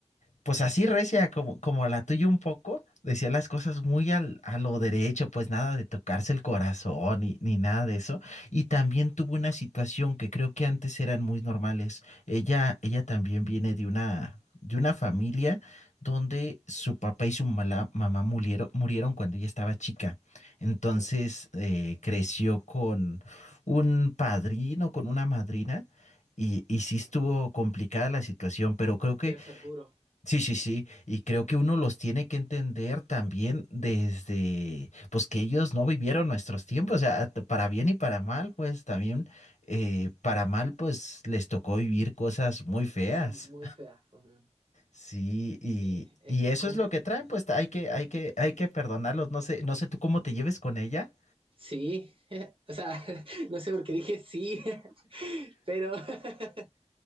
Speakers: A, on the left; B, on the right.
A: pues así recia, como, como la tuya un poco, decía las cosas muy al, a lo derecho, pues nada de tocarse el corazón ni, ni nada de eso. Y también tuvo una situación que creo que antes eran muy normales. Ella, ella también viene de una, de una familia donde su papá y su mala- mamá murieron, murieron cuando ella estaba chica. Entonces
B: Oh.
A: eh, creció con un padrino, con una madrina. Y, y sí estuvo complicada la situación, pero creo que
B: Debe ser duro.
A: Sí, sí, sí, y creo que uno los tiene que entender también desde, pues que ellos no vivieron nuestros tiempos, o sea, t- para bien y para mal, pues también, eh, para mal, pues les tocó vivir cosas muy feas.
B: Cosas muy feas. ujú.
A: Sí,
B: Sí,
A: y,
B: es
A: y eso
B: complicado.
A: es lo que traen, pues hay que, hay que, hay que perdonarlos, no sé, no sé tú cómo te lleves con ella.
B: Sí, <laughs> o sea, <laughs> no sé por qué dije sí, <laughs> pero <laughs>